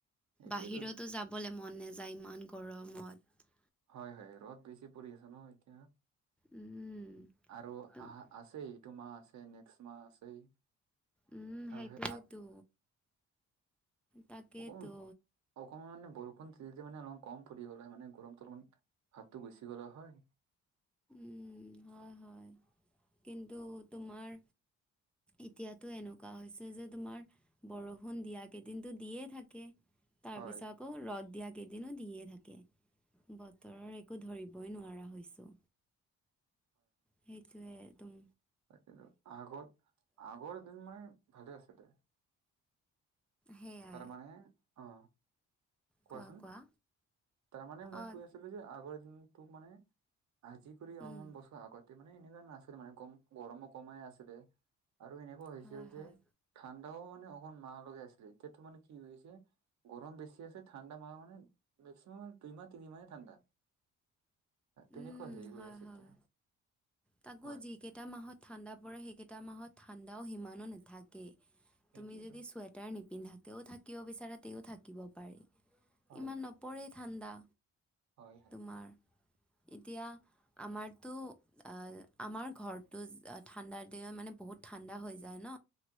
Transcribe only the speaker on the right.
এইটোৱেতো
হয় হয় ৰ'দ বেছি পৰি আছে নহঁ এতিয়া
আৰু
আহা আছেই এইটো মাহ আছে নেক্স মাহ আছেই।
আৰু
হে
অসমকে মানে ব অ তেয়া মানে অলপ কম পৰি গ'ল হয় মানে গৰমটো অলপমান ভাতটো গুচি গ'লে হয়।
হয়
তাকেটো আগত আগৰ দিন মানে ভালে আছিলে।
তাৰমানমানে অ। কোৱাচোন
তাৰমানে মই
কৈ আছিলো যে আগৰ দিনটো মানে আজি কৰি অলপমান
বছৰ আগতে মানে এনেধৰণৰ নাছিলে মানেম গৰমো কমাই আছিলে। আৰু এনেকুৱা হৈছিল
যে
ঠান। অ' মানে অকণ মাহ লগাই আছিলে, এতিয়াতো মানে কি হৈছে গৰম বেছি আছে। ঠাণ্ডা ম মানে মেক্সিমাম দুই মাহ তিনি মাহে ঠাণ্ডা তেনেকুৱা
হেৰি হৈ
আছে
এতিয়া।
হয়
সেইটোৱেতো
হয়
হয় হয়